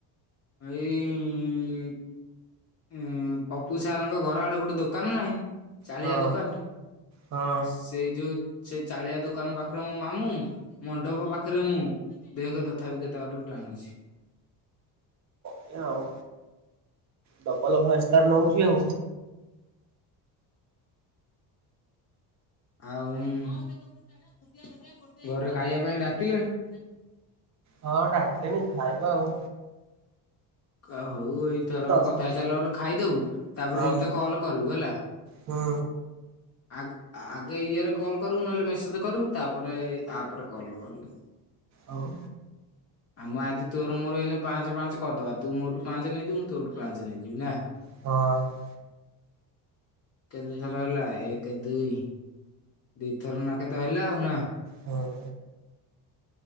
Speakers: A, on the left (about 35°); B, on the right (about 40°).
A: ଏଇ ଇ ଉଁ ପପୁ ସାର୍ ଙ୍କ ଘର ଆଡେ ଗୋଟେ ଦୋକାନ ନାହିଁ? ଚାଳିଆ
B: ହଁ
A: ଦୋକାନ ଟେ
B: ହଁ
A: ସେଇଯୋଉ। ସେଇ ଚାଳିଆ ଦୋକାନ ପାଖରେ ମୋ ମାମୁଁ ମଣ୍ଡପ ପାଖରେ ମୁଁ। ଦେଖ ତଥାପି କେତେ ବାଟରୁ ଟାଣୁଛି।
B: ସେଇଆ ଆଉ ଡବଲ ଭୟସ୍ ତାର ନଉଛି ଆଉ
A: ଆଉ ଘରେ ଖାଇବା ପାଇଁ ଡାକିଲେଣି।
B: ହଁ ଡାକିଲେଣି ଖାଇବା ଆଉ।
A: କା ହଉ ଏଇ। ଥରକ
B: ଦଶ
A: କଥା ହେଇ ସାରିଲା ପରେ ଖାଇଦବୁ ତାପରେ
B: ହଁ
A: ମତେ କଲ କରିବୁ ହେଲା।
B: ହୁଁ
A: ଆ ଆଗେ ଇଏରେ କଲ୍ କରିବୁ ନହେଲେ ମେସେଜ କରିବୁ ତାପରେ ଆପରେ କଲ୍ କରିବୁ।
B: ହଉ।
A: ଆ ମ ଆଜି ତୋର ମୋର ଏଇନେ ପାଞ୍ଚ ପାଞ୍ଚ କରିଦବା। ତୁ ମୋଠୁ ପାଞ୍ଚ ନେଇଯିବୁ ତୋଠୁ ପାଞ୍ଚ ନେଇଯିବି ନା।
B: ହଁ।
A: କେତେ ଥର ହେଲା ଏକ ଦୁଇ। ଦିଥର ନା କେତେ ହେଲା ଆଉ ନା।
B: ହଁ।